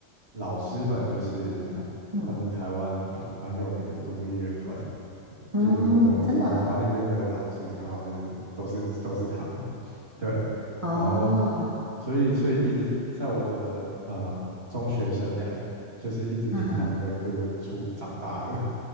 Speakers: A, on the right; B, on the right.
A: 老师们就是台算是台湾比蛮有名的独立乐团，
B: 嗯嗯，
A: 就是我们我们团里面的老师刚好就是都是都是他们，
B: 真的啊
A: 对，
B: 哦，
A: 然后所以所以一直在我的啊、呃中学生涯就是一直听他们的歌出长大的，
B: 嗯哼，